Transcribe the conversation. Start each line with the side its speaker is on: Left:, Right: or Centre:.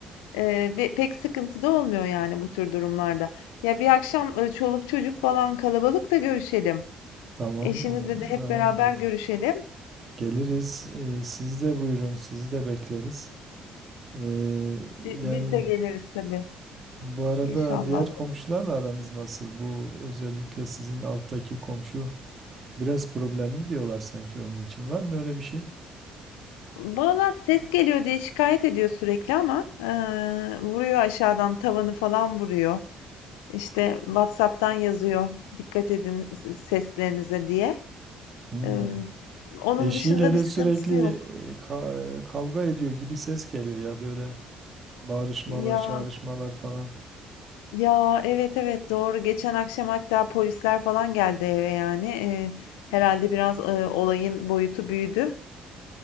Left: Eee, ve pek sıkıntı da olmuyor yani bu tür durumlarda. Ya bir akşam e, çoluk çocuk falan kalabalık da görüşelim.
Right: Tamam,
Left: Eşinizle
Right: o-
Left: de hep
Right: tamam
Left: beraber
Right: gelir.
Left: görüşelim.
Right: Geliriz. Ee, siz de buyurun, sizi de bekleriz. Ee, yani
Left: Bi- Biz de geliriz tabii
Right: bu arada
Left: inşallah.
Right: diğer komşularla aranız nasıl? Bu özellikle sizin alttaki komşu biraz problemli diyorlar sanki onun için. Var mı öyle bir şey?
Left: Valla ses geliyor diye şikayet ediyor sürekli ama eee, vuruyor aşağıdan tavanı falan vuruyor. İşte WhatsApp'tan yazıyor, dikkat edin seslerinize diye.
Right: Hmm.
Left: Ee, onun
Right: Eşiyle
Left: dışında
Right: de
Left: bir sıkıntısı
Right: sürekli
Left: yok.
Right: e, ka- e, kavga ediyor gibi ses geliyor ya böyle bağırışmalar,
Left: Ya
Right: çağrışmalar falan.
Left: ya evet evet doğru. Geçen akşam hatta polisler falan geldi eve yani. Ee, herhalde biraz e, olayın boyutu büyüdü.